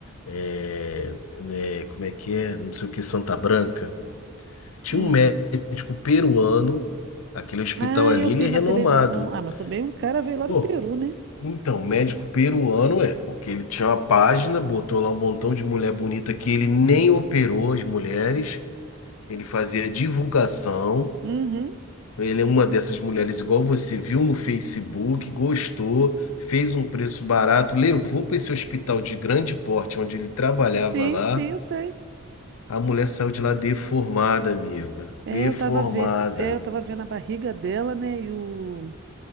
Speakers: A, on the left; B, on the right.
A: É, né, como é que é? Não sei o que, Santa Branca. Tinha
B: Hum.
A: um médico peruano, aquele hospital
B: Ah,
A: ali,
B: eu vi
A: ele é renomado.
B: na televisão. Ah, mas também um cara veio lá
A: Pô,
B: do Peru, né?
A: então, médico peruano é, porque ele tinha uma página, botou lá um montão de mulher bonita que ele nem operou as mulheres, ele fazia divulgação.
B: Uhum.
A: Ele é uma dessas mulheres igual você viu no Facebook, gostou, fez um preço barato, levou para esse hospital de grande porte onde ele trabalhava
B: Sim,
A: lá.
B: sim, eu sei.
A: A mulher saiu de lá deformada, amiga.
B: É,
A: Deformada.
B: eu tava vendo, é, eu tava vendo a barriga dela, né? E o